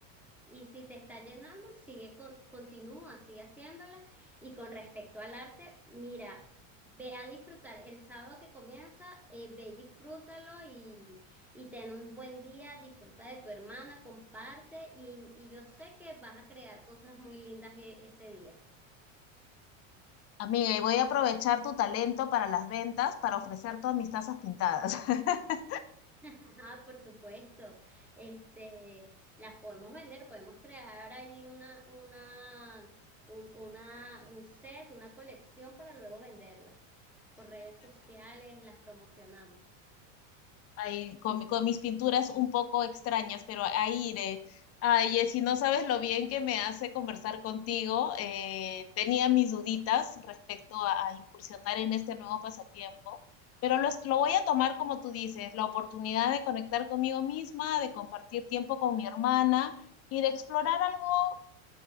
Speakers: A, in the centre; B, on the left.
A: Y si te está llenando, sigue, con- continúa, sigue haciéndola. Y con respecto al arte, mira, ve a disfrutar el sábado que comienza, eh, ve y disfrútalo y, y ten un buen día, disfruta de tu hermana, comparte y, y yo sé que vas a crear cosas muy lindas e- ese día.
B: Amiga, y voy a aprovechar tu talento para las ventas para ofrecer todas mis tazas pintadas. <laughs>
A: <laughs> Ajá, por supuesto. Este, las podemos vender, podemos crear ahí una, unas- un, una, un set, una colección para luego venderla. por redes sociales, las promocionamos.
B: ahí con, mi- con mis pinturas un poco extrañas, pero ahí iré. Ay, Jessy, no sabes lo bien que me hace conversar contigo. Eh, tenía mis duditas respecto a, a incursionar en este nuevo pasatiempo, pero lo, es- lo voy a tomar como tú dices, la oportunidad de conectar conmigo misma, de compartir tiempo con mi hermana y de explorar algo